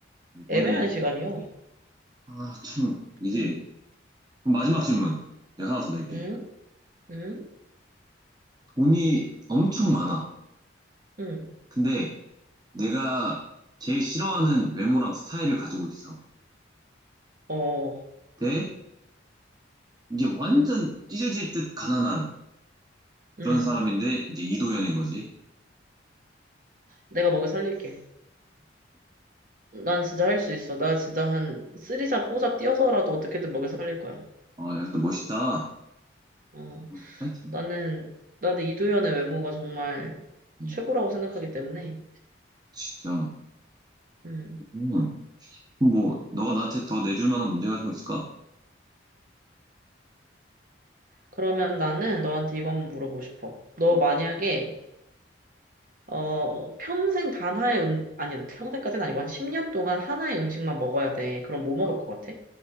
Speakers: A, on the right; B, on the right.
A: 5분이,
B: 애매한 시간이요.
A: 아, 참, 이게.
B: 음.
A: 그럼 마지막
B: 음.
A: 질문. 내가 하나 더 낼게.
B: 음. 음.
A: 돈이 엄청 많아.
B: 음.
A: 근데 내가 제일 싫어하는 외모랑 스타일을 가지고 있어.
B: 어.
A: 대 이제 완전
B: 음.
A: 찢어질 듯 가난한 그런
B: 음.
A: 사람인데, 이제 이도현인 거지.
B: 내가 먹여 살릴게. 난 진짜 할 수 있어. 나 진짜 한 쓰리잡 포잡 뛰어서라도 어떻게든 먹여 살릴 거야.
A: 아, 야, 근데 멋있다.
B: 어.
A: 응, 파이팅.
B: 나는, 나는 이도현의 외모가 정말
A: 응,
B: 최고라고 생각하기 때문에.
A: 진짜.
B: 음.
A: 음, 뭐, 너가 나한테 더 내줄 만한 문제 같은 거 있을까?
B: 그러면 나는 너한테 이거 한번 물어보고 싶어. 너
A: 음,
B: 만약에, 어, 평생 단 하나의 음, 아니, 평생까지는 아니고 한 10년 동안 하나의 음식만 먹어야 돼. 그럼 뭐 먹을
A: 아,
B: 것 같아?